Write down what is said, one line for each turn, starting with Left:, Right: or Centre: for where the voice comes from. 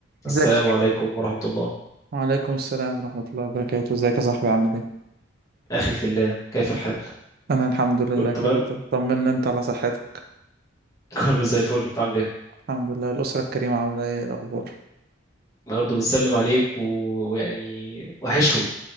Left: السلام
Right: ازيك
Left: عليكم ورحمة الله
Right: وعليكم السلام ورحمة الله وبركاته ازيك يا صاحبي عامل ايه؟
Left: أخي في الله كيف الحال؟
Right: أنا الحمد لله
Left: كله تمام؟
Right: كله تمام طمنا انت على صحتك
Left: <laughs> كله زي الفل أنت عامل إيه؟
Right: الحمد لله الأسرة الكريمة عاملة ايه إيه الأخبار؟
Left: أنا برضه بتسلم عليك و- ويعني وحشهم